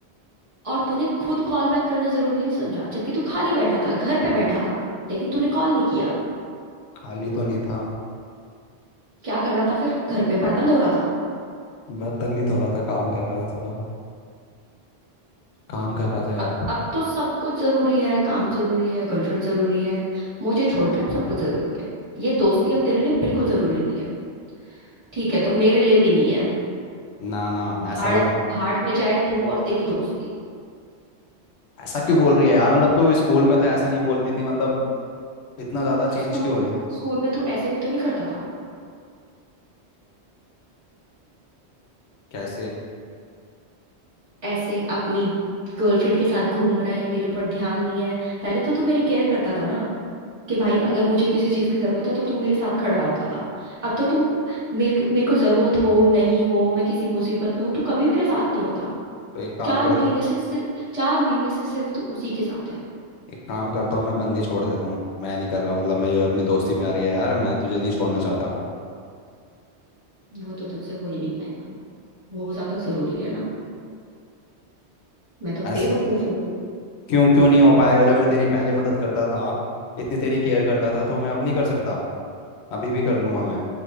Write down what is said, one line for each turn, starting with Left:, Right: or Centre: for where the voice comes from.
Right: और तूने खुद कॉल बैक करना जरूरी नहीं समझा जबकि तू खाली बैठा था घर पे बैठा था लेकिन तूने कॉल नहीं किया
Left: खाली तो नहीं था
Right: क्या कर रहा था फिर घर पे बर्तन धो रहा था
Left: बर्तन नहीं धो रहा था काम कर रहा था थोड़ा काम कर
Right: अब
Left: रहा था यार
Right: अब अब तो सब कुछ जरूरी है काम जरूरी है गर्लफ्रेंड जरूरी है मुझे छोड़ के अब सब कुछ जरूरी है ये दोस्ती अब तेरे लिए बिल्कुल जरूरी नहीं है ठीक है तो मेरे लिए भी नहीं है
Left: ना ना
Right: भाड़
Left: ऐसा मत
Right: भाड़ में जाए तू और तेरी दोस्ती
Left: ऐसा क्यों बोल रही है यार मतलब तू स्कूल में तो ऐसा नहीं बोलती थी मतलब इतना ज्यादा
Right: तो
Left: चेंज
Right: स्कूल
Left: क्यों
Right: में
Left: हो रही
Right: तू स्कूल में तू ऐसे भी तो नहीं करता था
Left: कैसे
Right: ऐसे अपनी गर्लफ्रेंड के साथ घूम रहा है मेरे ऊपर ध्यान नहीं है पहले तो तू मेरी केयर करता था ना कि भाई अगर मुझे किसी चीज की जरूरत है तो तुम मेरे साथ खड़ा होता था अब तो तुम मेरे मेरे को जरूरत हो नहीं हो मैं किसी मुसीबत में हूं तू कभी मेरे साथ नहीं होता
Left: तो एक काम
Right: चार
Left: करता
Right: महीने से सिर्फ चार महीने से सिर्फ तू उसी के साथ है
Left: एक काम करता हूँ मैं बंदी छोड़ देता हूँ मैं नहीं कर रहा मतलब मैं जो अपनी दोस्ती प्यारी है यार मैं तुझे नहीं छोड़ना चाहता
Right: वो तो तुझसे हो ही नहीं पाएगा वो ज्यादा जरूरी है ना मैं तो
Left: ऐस
Right: बेवकूफ हूँ
Left: क्यों क्यों नहीं हो पाएगा जब मैं तेरी पहले मदद करता था इतनी तेरी केयर करता था तो मैं अब नहीं कर सकता अभी भी कर लूंगा मैं